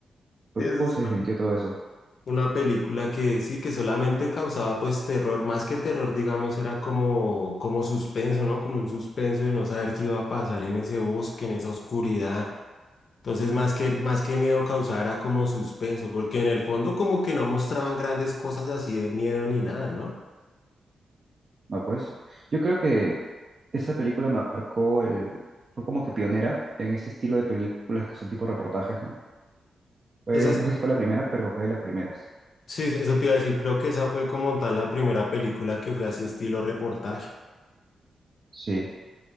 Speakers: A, on the right; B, on the left.
A: Pero
B: Sí, Eso
A: luego
B: es
A: se
B: una-
A: desmintió todo eso.
B: Una película que sí, que solamente causaba pues terror, más que terror, digamos, era como, como suspenso, ¿no? Como un suspenso de no saber qué iba a pasar en ese bosque, en esa oscuridad. Entonces, más que, más que miedo causaba era como suspenso, porque en el fondo como que no mostraban grandes cosas así de miedo ni nada, ¿no?
A: No, pues yo creo que esa película marcó el... Fue como que pionera en este estilo de películas que son tipo reportajes, ¿no? Fue-
B: Esas,
A: no sé si fue la primera, pero fue de las primeras.
B: sí, eso te iba a decir, creo que esa fue como tal la primera película que fue así estilo reportaje.
A: Sí,